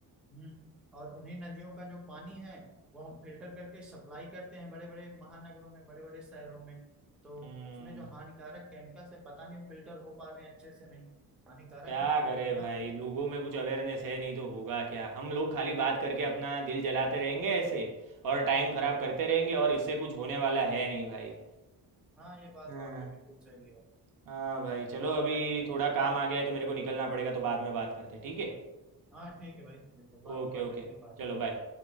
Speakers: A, in the centre; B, on the right.
A: हम्म, और उन्हीं नदियों का जो पानी है वो हम फिल्टर करके सप्लाई करते हैं बड़े बड़े महानगरों में बड़े बड़े शहरों में तो
B: हम्म
A: उसमें जो हानिकारक केमिकल्स है पता नहीं फिल्टर हो पा रहे हैं अच्छे से नहीं हानिकारक
B: क्या
A: है हमारे
B: करे
A: लिए ना
B: भाई लोगों में कुछ अवेयरनेस है नहीं तो होगा क्या हम लोग खाली बात करके अपना दिल जलाते रहेंगे ऐसे और टाइम खराब करते रहेंगे और इससे कुछ होने वाला है नहीं भाई
A: हाँ ये बात
B: हाँ।
A: तो आपकी बिल्कुल सही है
B: हाँ भाई चलो
A: लेकिन
B: अभी
A: क्या ही कर
B: थोड़ा काम आ गया है तो मेरे को निकलना पड़ेगा तो बाद में बात करते हैं, ठीक है
A: हाँ ठीक है भाई बिल्कुल बाद
B: Okay
A: में बात
B: okay
A: करते हैं बाय
B: चलो बाय